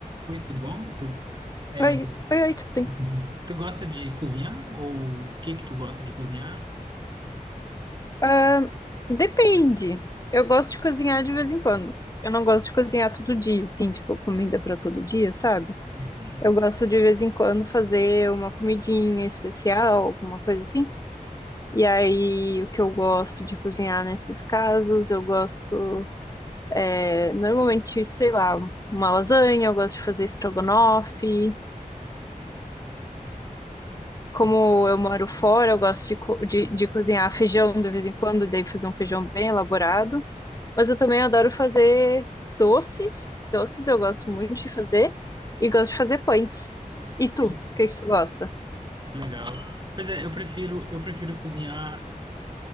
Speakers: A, on the right; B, on the left.
A: Oi, tudo bom? Tu, é,
B: Oi, oi, oi, tudo bem?
A: <laughs> tu gosta de cozinhar? Ou o que que tu gosta de cozinhar?
B: Ahn, depende. Eu gosto de cozinhar de vez em quando. Eu não gosto de cozinhar todo dia, assim, tipo, comida pra todo dia, sabe?
A: Uhum.
B: Eu gosto de vez em quando fazer uma comidinha especial, alguma coisa assim. E aí, o que eu gosto de cozinhar nesses casos, eu gosto, é, normalmente, sei lá, uma lasanha, eu gosto de fazer estrogonofe. Como
A: E,
B: eu moro fora, eu gosto de, co- de, de cozinhar feijão de vez em quando, daí fazer um feijão bem elaborado. Mas eu também adoro fazer doces. Doces eu gosto muito de fazer. E gosto de fazer pães. E tu,
A: oi,
B: o que é que tu gosta?
A: que legal. Pois é, eu prefiro, eu prefiro cozinhar